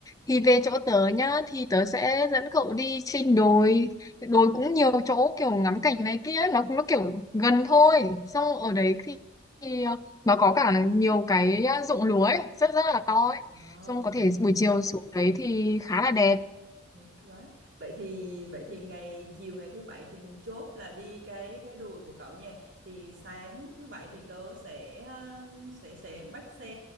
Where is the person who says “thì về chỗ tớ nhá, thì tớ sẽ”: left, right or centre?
Left